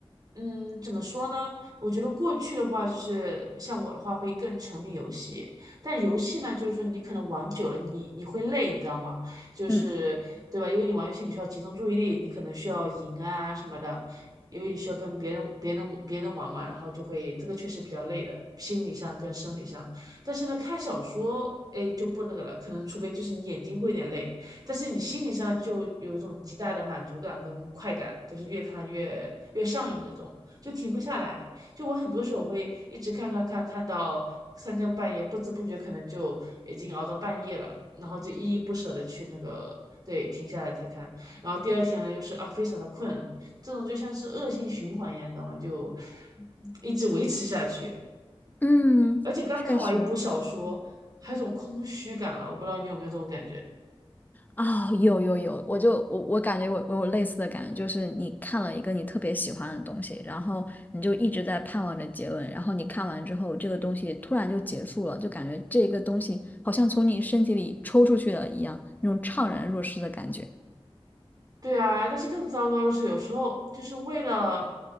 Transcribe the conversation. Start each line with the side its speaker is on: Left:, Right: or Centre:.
Right: 嗯，怎么说呢？我觉得过去的话，就是像我的话，会更沉迷游戏。但游戏呢，就是说你可能玩久了你，你会累，你知道吗？就是对吧？
Left: 嗯，
Right: 因为你玩游戏，你需要集中注意力，你可能需要赢啊什么的，因为你需要跟别人、别人、别人玩嘛，然后就会这个确实比较累的，心理上跟生理上。但是呢，看小说，哎，就不那个了，可能除非就是你眼睛会有点累，但是你心理上就有一种极大的满足感跟快感，就是越看越越上瘾那种，就停不下来。就我很多时候会一直看看看，看到三更半夜，不知不觉可能就已经熬到半夜了，然后就依依不舍的去那个对停下来才看，然后第二天呢又是啊非常的困，这种就像是恶性循环一样，你知道吗？就一直维持下去。
Left: 嗯。
Right: 而且刚看完一部小说，
Left: 确实。
Right: 还有一种空虚感啊，我不知道你有没有这种感觉。
Left: 哦，有有有，我就我我感觉我我有类似的感觉，就是你看了一个你特别喜欢的东西，然后你就一直在盼望着结尾，然后你看完之后，这个东西突然就结束了，就感觉这个东西好像从你身体里抽出去了一样，那种怅然若失的感觉。
Right: 对啊，但是更糟糕的是，有时候就是为了